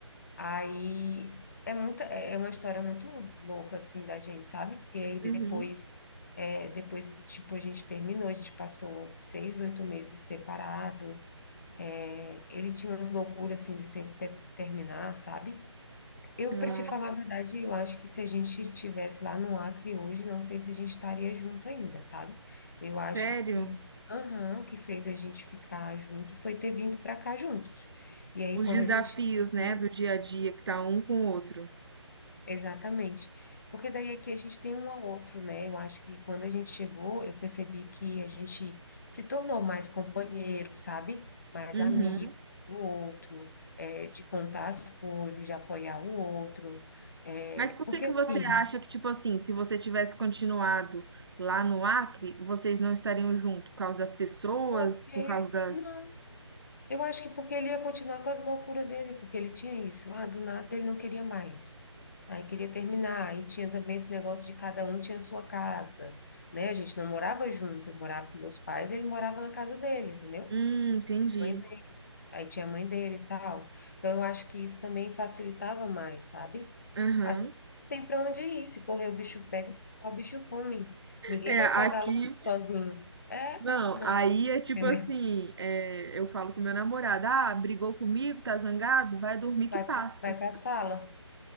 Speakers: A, on the left; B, on the right.
A: Aí é muita, é é uma história muito louca assim da gente, sabe? Porque aí depois,
B: Uhum.
A: é, depois tipo a gente terminou, a gente passou seis, oito meses separado. É, ele tinha umas loucuras assim de sempre ter- terminar, sabe? Eu,
B: Ah,
A: para te falar a verdade, eu acho que se a gente estivesse lá no Acre hoje, não sei se a gente estaria junto ainda, sabe? Eu
B: sério?
A: acho que, aham, o que fez a gente ficar junto foi ter vindo para cá juntos. E aí,
B: Os
A: quando
B: desafios,
A: a gente chegou
B: né,
A: aqui
B: do dia a dia que tá um com o outro.
A: Exatamente. Porque daí aqui a gente tem um ao outro, né? Eu acho que quando a gente chegou, eu percebi que a gente se tornou mais companheiro, sabe? Mais
B: Uhum.
A: amigo do outro, é, de contar as coisas, de apoiar o outro. É,
B: Mas por
A: porque
B: que que
A: assim,
B: você acha que, tipo assim, se você tivesse continuado lá no Acre, vocês não estariam juntos? Por causa das pessoas,
A: porque
B: por causa da.
A: não. Eu acho que porque ele ia continuar com as loucuras dele, porque ele tinha isso. Ah, do nada ele não queria mais. Aí queria terminar. Aí tinha também esse negócio de cada um tinha sua casa, né? A gente não morava junto, eu morava com meus pais, ele morava na casa dele, entendeu?
B: Hum, entendi.
A: Mãe dele. Aí tinha a mãe dele e tal. Então eu acho que isso também facilitava mais, sabe?
B: Aham.
A: Aqui não tem para onde ir. Se correr o bicho pega, se ficar, o bicho come. Ninguém
B: É,
A: vai
B: aqui.
A: pagar aluguel sozinho. É,
B: Não,
A: não,
B: aí é tipo
A: entendeu?
B: assim: é, eu falo com meu namorado, ah, brigou comigo, tá zangado? Vai dormir que
A: Vai,
B: passa.
A: pro- vai para a sala.